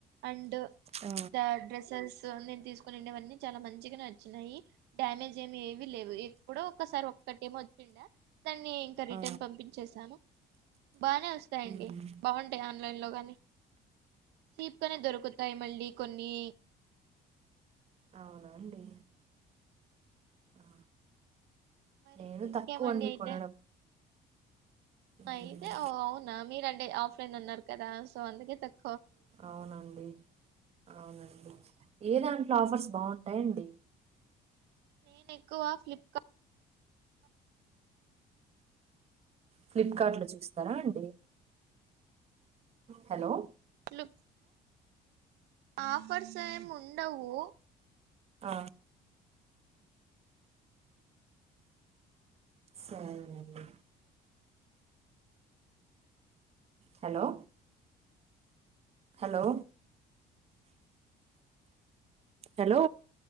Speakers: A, on the right; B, on the right.
A: అండ్
B: ఆ
A: ద డ్రెసెస్ నేను తీసుకొని ఉండేవన్నీ చాలా మంచిగనే వచ్చినాయి డ్యామేజ్ ఏమి ఏవి లేవు ఎప్పుడో ఒకసారి ఒకటెమో వచ్చిండ దాన్ని ఇంకా రిటర్న్
B: ఆ
A: పంపించేసాను. బానే వస్తాయండి
B: హ్మ్
A: బాగుంటాయి ఆన్లైన్ లో గానీ చీప్ గానే దొరుకుతాయి మళ్ళీ కొన్ని
B: అవున అండి ఆ
A: మరి
B: నేను
A: ఇంకేమండి
B: తక్కువండి
A: అయితే
B: కొనడం హ్మ్
A: అయితే అ అవునా మీరు అంటే ఆఫ్లైన్ అన్నారు కదా సో అందుకే తక్కు
B: అవునండి అవునండి ఏదా ఆఫర్స్ బాగుంటాయండి.
A: నేను ఎక్కువ ఫ్లిప్కార్ట్.
B: ఫ్లిప్కార్ట్ లో చూస్తారా అండి హలో
A: లో ఆఫర్స్ ఏమి ఉండవు.
B: ఆ సరే అండి హలో హలో హలో